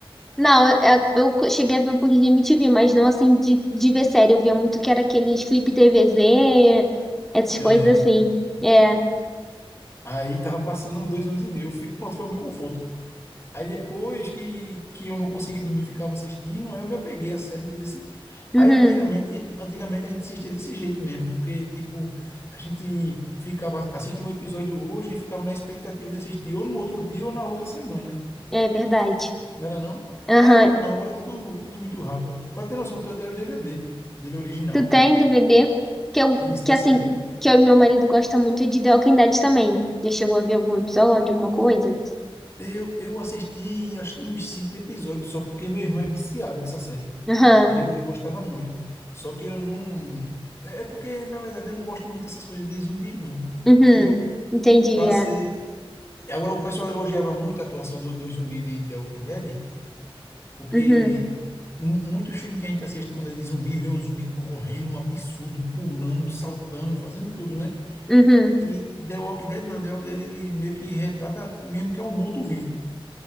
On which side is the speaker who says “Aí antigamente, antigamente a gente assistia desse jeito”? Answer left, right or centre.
Left